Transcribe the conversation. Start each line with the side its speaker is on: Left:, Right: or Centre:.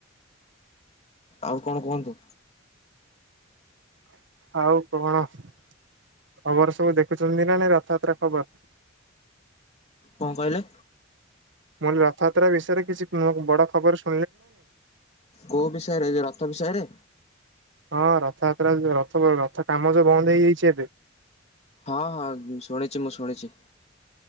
Left: ଆଉ କଣ କୁହନ୍ତୁ।
Right: ଆଉ କଣ ଖବର ସବୁ ଦେଖୁଛନ୍ତି ନା ନାଇ ରଥଯାତ୍ରା ଖବର।
Left: କଣ କହିଲେ?
Right: ମୁଁ କହିଲି ରଥଯାତ୍ରା ବିଷୟରେ କିଛି ବଡ ଖବର ସୁ
Left: କୋଉ ବିଷୟରେ ଏ ରଥ ବିଷୟରେ
Right: ହଁ ରଥଯାତ୍ରା ରଥ ରଥ କାମ ଯୋଉ ବନ୍ଦ ହେଇଯାଇଛି ଏବେ।
Left: ହଁ ହଁ ଶୁଣିଛି ମୁଁ ଶୁଣିଛି।